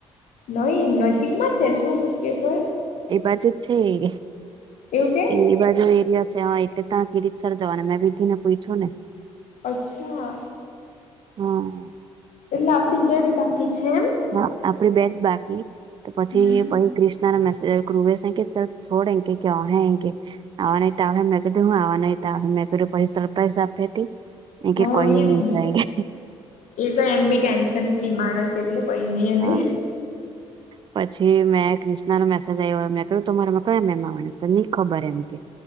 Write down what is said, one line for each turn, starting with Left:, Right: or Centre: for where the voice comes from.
Left: નહી નજીકમાં છે શું પેપર
Right: એ બાજુ છે એ
Left: એવું કે
Right: એમની બાજુ એરિયા છે એટલે ત્યાં કિરીટસર જવાને મેં બી તેને પૂછ્યું ને
Left: અચ્છા
Right: હા
Left: એટલે આપડી દસ બાકી છે એમ
Right: હા આપડી બેજ બાકી તો પછી
Left: હમ
Right: પછી ક્રિષ્ના ક્રુવેસ કે ચ છોડે કે હહા હે એે આવા નહ તો આવે મેં કધું હું આવા નહી તો સરપ્રાઈઝ આપે તે એ
Left: હ
Right: કે કઈ
Left: એજ
Right: ની
Left: ને
Right: થાય
Left: એ તો એમ બી ટેન્શન ફ્રી માણસ એટલે કઈ નઈ એને
Right: હા પછી મેં ક્રિષ્ના નો મેસેજ આવ્યો મેં કહ્યું તમારામાં કયા મેમ આવવાના તો ની ખબર એમ કે